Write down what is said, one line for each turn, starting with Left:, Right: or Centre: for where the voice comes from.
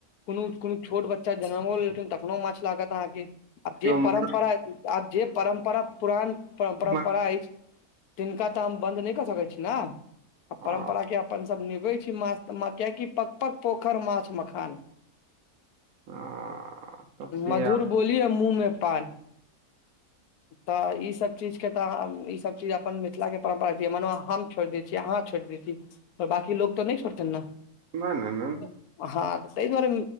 Left: कोनो छोट बच्चा जन्म लेलखिन तखनो माछ लागत अहाँके। आ जे
Right: केओ मारि
Left: परम्परा आ जे परम पुर्खा पुरान परम्परा
Right: मारि-
Left: अछि, तिनका तऽ हम बन्द नहि करि सकैत छी ने।
Right: आ-
Left: परम्परा अपन सभ निभबै छी, माछ किएक कि पोखरि माछ मखान।
Right: आ तऽ से
Left: मधुर बोलिय, मुँहमे पान। तऽ ई सभ चीज अपन मिथिलक परम्परा छी, मानू हम छोड़ि दैत छी, अहाँ छोड़ि देब? बाकी लोक तऽ नहि छोड़तनि ने।
Right: नहि नहि नहि
Left: हँऽ, ताहि दुआरे